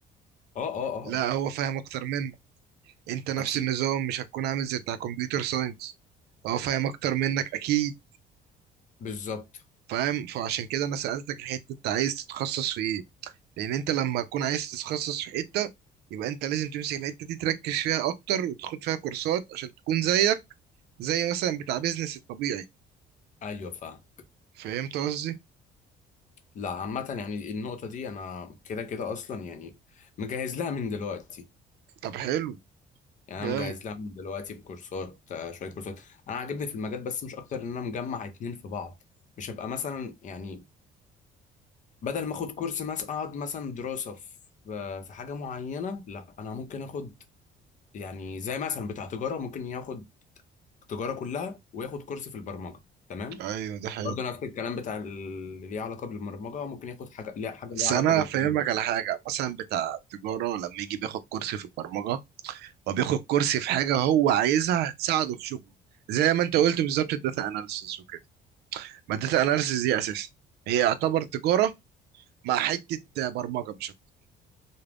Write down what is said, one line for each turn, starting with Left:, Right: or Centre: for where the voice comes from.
Left: اه اه اه
Right: لا
Left: اه
Right: هو فاهم اكتر منك انت نفس
Left: اكيد
Right: النظام مش هتكون عامل زي بتاع كمبيوتر ساينس هو فاهم اكتر منك اكيد
Left: بالظبط
Right: فاهم فعشان كده انا سألتك الحتة انت عايز تتخصص في ايه لان انت لما تكون عايز تتخصص في حتة يبقى انت لازم تمسك الحتة دي تركز فيها اكتر وتاخد فيها كورسات عشان تكون زيك زي مثلا بتاع بيزنس الطبيعي
Left: ايوه فاهم
Right: فهمت قصدي
Left: لا عامه يعني النقطه دي انا كده كده اصلا يعني مجهز لها من دلوقتي
Right: طب حلو
Left: يعني
Right: جامد
Left: انا مجهز لها من دلوقتي بكورسات آه، شويه كورسات انا عاجبني في المجال بس مش اكتر ان انا مجمع اتنين في بعض مش هبقى مثلا يعني بدل ما اخد كورس مثلا اقعد مثلا دراسه في في حاجه معينه لا انا ممكن اخد يعني زي مثلا بتاع تجاره ممكن ياخد تجاره كلها وياخد كورس في البرمجه تمام
Right: ايوه ده حقيقي
Left: برضه نفس الكلام بتاع اللي ليه علاقه بالبرمجه ممكن ياخد حاجه ليه حاجه ليها
Right: بس
Left: علاقه
Right: انا
Left: بالتجاره
Right: فاهمك على حاجة مثلا بتاع تجارة لما يجي بياخد كورس في البرمجة هو بياخد كورس في حاجه هو عايزها هتساعده في شغله زي ما انت قلت بالظبط الداتا اناليسيس وكده ما الداتا اناليسيس دي اساسا هي يعتبر تجاره مع حته برمجه مش اكتر